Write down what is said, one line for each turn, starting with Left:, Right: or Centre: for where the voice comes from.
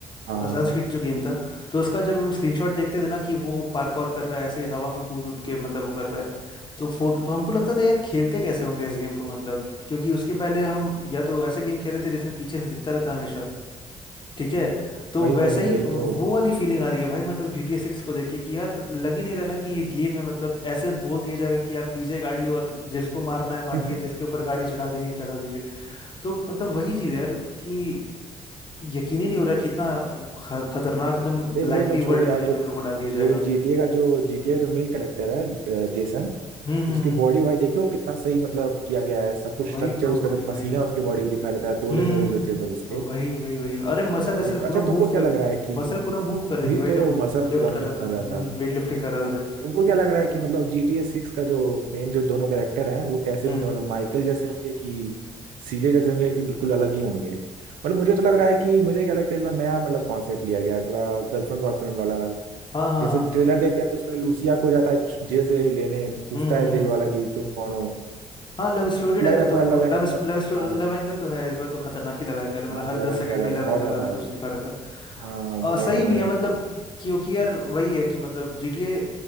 Right: हाँ
Left: असासिन्स
Right: हाँ
Left: क्रीड जो गेम था तो उसका जब हम स्क्रीनशॉट देखते थे ना कि वो पार्कौर कर रहा है ऐसे हवा में कूद उद के मतलब वो कर रहा है तो फोटो तो हमको लगता था यार खेलते कैसे होंगे इस गेम को मतलब क्योंकि उसके पहले हम या तो ऐसे गेम खेले थे जिसमें पीछे से दिखता रहता हमेशा ठीक है तो
Right: वही
Left: वैसा
Right: वही
Left: ही
Right: वही
Left: वो
Right: तो
Left: वाली फीलिंग आ रही है भाई मतलब जी टी ए सिक्स को देख के कि यार लग ही नहीं रहा ना कि ये गेम है मतलब ऐसे बोल दिया जाएगा कि आप लीजिए गाड़ी और जिसको मारना है मारिए
Right: <laughs>
Left: जिसके ऊपर गाड़ी चढ़ा देनी है चढ़ा दीजिए तो मतलब वही चीज़ है यार कि यकीन ही नहीं हो रहा कि इतना ख- खतरनाक एकदम
Right: ये वो
Left: लाइवली
Right: सब छोड़ो
Left: वर्ल्ड
Right: यार
Left: में
Right: जो
Left: हम लोग को डाल दिया
Right: जो
Left: जाएगा
Right: जीटीए का जो जीटीए जो मेल कलेक्टर है अ, जेसन
Left: हम्म हम्म
Right: उसकी
Left: हम्म,
Right: बॉडी भाई देखो कितना सही मतलब किया गया है सब कुछ
Left: वही
Right: स्ट्रक्चर
Left: तो
Right: उसका
Left: वही
Right: जो
Left: वही
Right: पसीना
Left: तो
Right: है उसके बॉडी में दिखा देता है डोले
Left: हम्म
Right: सोले
Left: हम्म।
Right: जो थे सब उसके
Left: वही वही वही अरे मसल असल
Right: वही तो
Left: पूरा
Right: अच्छा तुमको
Left: मूव
Right: क्या
Left: कर
Right: लग रहा है कि
Left: मसल पूरा मूव कर रही
Right: वही
Left: थी भाई
Right: तो
Left: जब वो
Right: मसल्स
Left: लिफ्ट
Right: पूरा
Left: कर
Right: मूव
Left: रहा
Right: कर
Left: था
Right: रहा
Left: हम्म
Right: था
Left: वेट लिफ्टिंग कर रहा
Right: हाँ
Left: था जब
Right: तुमको क्या लग रहा है कि मतलब जी टी ए सिक्स का जो मेन जो दोनों कैरेक्टर हैं वो कैसे
Left: हम्म
Right: होंगे मतलब माइकल जैसे होंगे कि सीजे जैसे होंगे कि बिल्कुल अलग ही होंगे मतलब मुझे तो लग रहा है कि मुझे क्या लगता है इस बार नया मतलब कॉन्सेप्ट लिया गया है थोड़ा गर्लफ्रेंड बॉयफ्रेंड वाला
Left: हाँ हाँ
Right: जैसे
Left: हाँ।
Right: ट्रेलर देखते हैं तो उसमें लूसिया को जाता है जेल से लेने तो पूछता
Left: हम्म
Right: है
Left: हम्म।
Right: जेल वाला कि तुम कौन हो
Left: हाँ लव स्टोरी टाइप
Right: लग रहा
Left: का
Right: है
Left: तो
Right: थोड़ा
Left: हमको
Right: लव
Left: love
Right: एंगल
Left: love story
Right: हाँ
Left: love angle तो है इस बार तो खतरनाक ही लव एंगल है
Right: हाँ
Left: मतलब हर
Right: लव
Left: दस
Right: एंगल
Left: सेकंड पे
Right: है
Left: लव
Right: बहुत
Left: एंगल
Right: ज्यादा
Left: वाला
Right: है
Left: कुछ दिखा रहता
Right: हाँ बहुत
Left: और सही
Right: ज्यादा
Left: भी है
Right: है
Left: मतलब क्योंकि यार वही है कि मतलब GTA